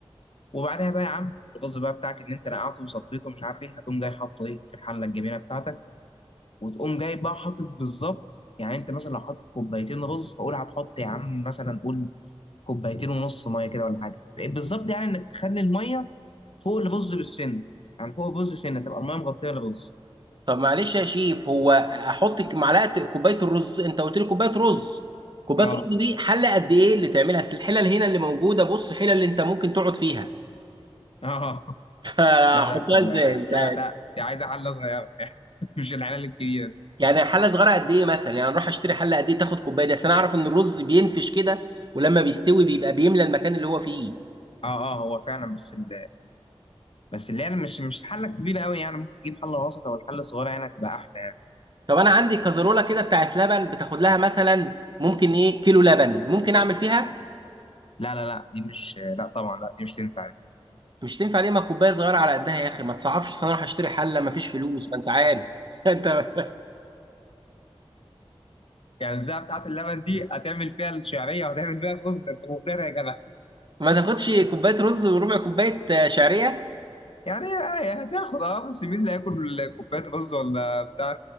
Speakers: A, on the left; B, on the right.
A: وبعدها بقى يا عم الرز بقى بتاعك اللي انت نقعته وصفيته ومش عارف ايه هتقوم جاي حاطه ايه في الحلة الجميلة بتاعتك وتقوم جاي بقى حاطط بالظبط يعني انت مثلا لو حاطط كوبايتين رز فقول هتحط يا عم مثلا قول كوبايتين ونص ميه كده ولا حاجه بالظبط يعني انك تخلي الميه فوق الرز بالسن يعني فوق الرز سنه تبقى الميه مغطيه الرز
B: طب معلش يا شيف هو أحط ك- معلقة كوباية الرز أنت قلت لي كوباية رز كوباية
A: اه
B: رز دي حلة قد إيه اللي تعملها أصل الحلل هنا اللي موجودة بص حلل اللي أنت ممكن تقعد فيها
A: اه
B: <laughs> فأحطها
A: لا لا كوب...
B: إزاي مش
A: لا
B: عارف
A: لا دي عايزه حله صغيره <laughs> مش الحله الكبيره دي.
B: يعني حله صغيره قد ايه مثلا يعني اروح اشتري حله قد ايه تاخد كوبايه دي اصل انا اعرف ان الرز بينفش كده ولما بيستوي بيبقى بيملى المكان اللي هو فيه
A: اه اه هو فعلا بس ال... بس اللي هي مش مش الحله الكبيره قوي يعني ممكن تجيب حله وسط او الحله الصغيره يعني هتبقى احلى
B: طب انا عندي كزرولة كده بتاعت لبن بتاخد لها مثلا ممكن ايه كيلو لبن ممكن اعمل فيها
A: لا لا لا دي مش لا طبعا لا دي مش تنفع
B: مش تنفع ليه ما كوبايه صغيره على قدها يا اخي ما تصعبش خلينا اروح اشتري حله ما فيش فلوس ما انت عارف <laughs> انت
A: يعني البتاعه بتاعت اللبن دي هتعمل فيها الشعريه وهتعمل فيها الرز ده انت مفتري يا جدع
B: ما تاخدش كوبايه رز وربع كوبايه آه، شعريه
A: يعني آه، هتاخد اه بس مين اللي هياكل كوبايه رز ولا بتاع